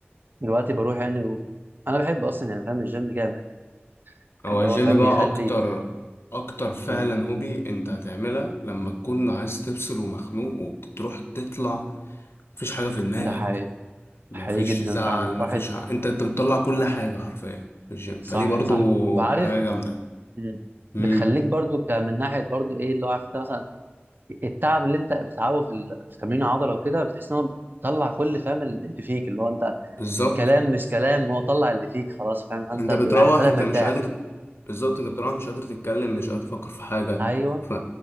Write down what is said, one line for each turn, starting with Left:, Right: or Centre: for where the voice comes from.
Right: فدلوقتي بروح يعني و... انا بحب اصلا يعني فاهم الجيم جامد
Left: هو
Right: اللي
Left: الجيم
Right: هو فاهم
Left: بقى
Right: بيخلي
Left: اكتر اكتر فعلا
Right: مم.
Left: هوبي انت هتعملها لما تكون عايز تفصل ومخنوق وبتروح تطلع مفيش حاجة في دماغك
Right: ده حقيقي
Left: مفيش
Right: حقيقي جدا
Left: زعل
Right: فعلا واحد
Left: مفيش ع... انت انت بتطلع كل حاجة حرفيا في الجيم
Right: صح
Left: فدي برضو
Right: صح وعارف
Left: حاجة جامدة
Right: مم.
Left: امم
Right: بتخليك برضو ك- من ناحيه برضو ايه اللي هو عارف انت مثلا التعب اللي انت بتتعبه في ال- في تمرين العضله وكده بتحس ان هو بتطلع كل فاهم ال- اللي فيك اللي هو انت
Left: بالظبط
Right: كلام مش كلام هو طلع اللي فيك خلاص فاهم انت
Left: انت
Right: هتبقى
Left: بتروح
Right: طالع
Left: انت
Right: مرتاح
Left: مش قادر بالظبط انت بتروح مش قادر تتكلم مش قادر تفكر في حاجة
Right: ايوه
Left: ف...